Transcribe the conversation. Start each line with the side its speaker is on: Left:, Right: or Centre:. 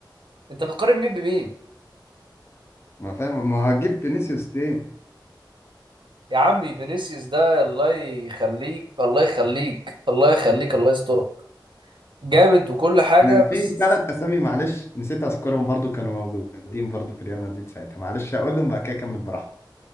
Right: انت بتقارن مين بمين
Left: ما فاهم ما هو هتجيب فينيسيوس ليه
Right: يا عمي فينيسيوس ده الله يخليك الله يخليك الله يخليك الله يسترك جامد وكل حاجه
Left: كان في
Right: بس
Left: ثلاث اسامي معلش نسيت اذكرهم برضه كانوا موجودين برضه في ريال مدريد ساعتها معلش اقولهم بعد كده اكمل براحتي